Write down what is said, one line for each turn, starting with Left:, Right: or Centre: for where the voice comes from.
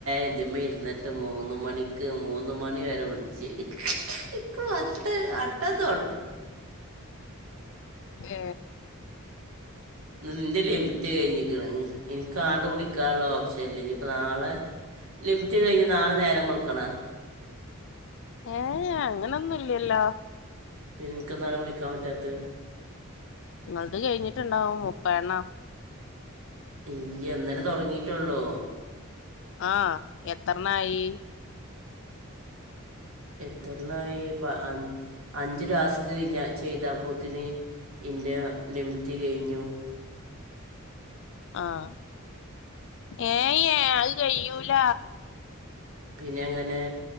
Right: ഇതി്മ്മ ഇരുന്നിട്ട് മൂന്ന് മണിക്ക് മൂന്ന് മണി വരെ വിളിച്ച് എനിക്ക് വാട്ട വാട്ടതു ഉണ്ട്
Left: ഏ
Right: നിന്റെ ലിമിറ്റ് കഴിഞ്ഞി എനിക്കാണ്ട് വിളിക്കാനുള്ള ഓപ്ഷ ഇനിയിപ്പ നാളെ ലിമിറ്റ് കഴിഞ്ഞ നാളെ നേരം വെളുക്കാണം
Left: ഏ അങ്ങനൊന്നും ഇല്ലല്ലോ
Right: പിന്നെ എനിക്ക എന്താലും വിളിക്കാൻ പറ്റാത്ത
Left: നിങ്ങത് കഴിഞ്ഞിട്ടുണ്ടാവും മുപ്പ എണ്ണ
Right: ഇല്ലയ ഇന്നാല തുടങ്ങീട്ടള്ളൂ
Left: ആഹ എത്രണ്ണായി
Right: എത്രല്ലായിപ്പ അഞ്ച് ടാസ്ക് കഴിഞ്ഞ ചെയ്തപോത്തിന് ഇന്റെ ലിമിറ്റ് കഴിഞ്ഞു
Left: ആഹ ഏ അത് കഴൂല
Right: പിന്നെങ്ങനെ?